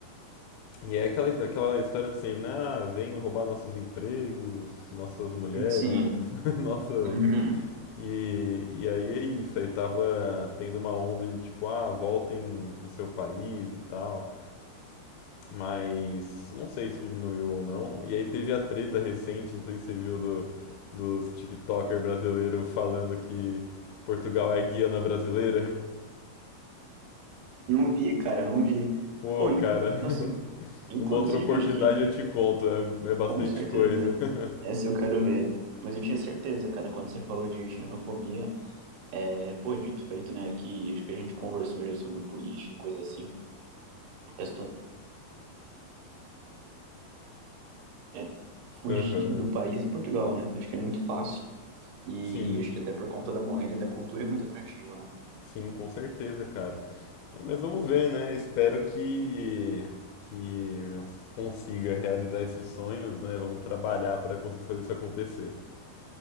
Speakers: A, on the left; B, on the right.
A: e é aquela, aquela história de sempre, né? Ah, vem roubar nossos empregos, nossas mulheres,
B: sim,
A: <laughs> nossa.
B: uhum.
A: E, e aí é isso. Aí tava tendo uma onda de tipo, ah, voltem pro seu país e tal. Mas não sei se diminuiu ou não. E aí teve a treta recente, não sei se você viu, do, dos TikToker brasileiro falando que Portugal é guiana brasileira.
B: Não vi, cara, não vi.
A: Pô,
B: Oh,
A: cara,
B: inc-
A: <laughs>
B: nossa, inclusive,
A: numa outra oportunidade
B: acho que
A: eu te conto, é, é bastante
B: Com certeza.
A: coisa. <laughs>
B: Essa eu quero ver. Mas eu tinha certeza, cara, quando você falou de xenofobia, é, pô, dito e feito, né? Que acho que a gente conversou já sobre política, coisa assim. A questão é fugir
A: Aham.
B: do país e Portugal, né? Acho que é muito fácil. E
A: Sim,
B: acho que até por conta da moeda e da cultura é muito atrativo, né?
A: sim, com certeza, cara. É, Mas vamos ver, né? Espero que, que as- consiga realizar esses sonhos, né? Vamos trabalhar para conseguir fazer isso acontecer. <laughs>